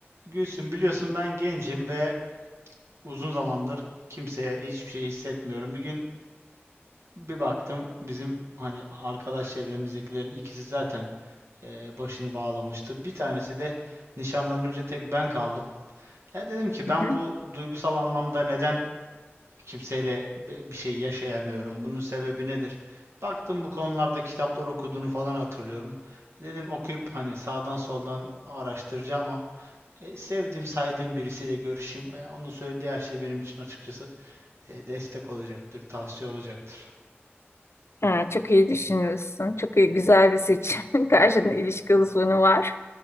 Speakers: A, on the right (about 85°); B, on the left (about 75°).
A: Gülsüm biliyorsun ben gencim ve uzun zamandır kimseye hiçbir şey hissetmiyorum. Bir gün bir baktım bizim hani arkadaş çevremizdekilerin ikisi zaten e, başını bağlamıştı. Bir tanesi de nişanlanınca tek ben kaldım. Ya dedim ki ben
B: Hı hı.
A: bu duygusal anlamda neden kimseyle bi- bir şey yaşayamıyorum? Bunun sebebi nedir? Baktım bu konularda kitaplar okuduğunu falan hatırlıyorum. Dedim okuyup hani sağdan soldan araştıracağım ama e, sevdiğim, saydığım birisiyle görüşeyim. Ya onun söylediği her şey benim için açıkçası e, destek olacaktır, tavsiye olacaktır.
B: Ha, çok iyi düşünmüşsün. Çok iyi, güzel bir seçim. <laughs> Karşında ilişki uzmanı var.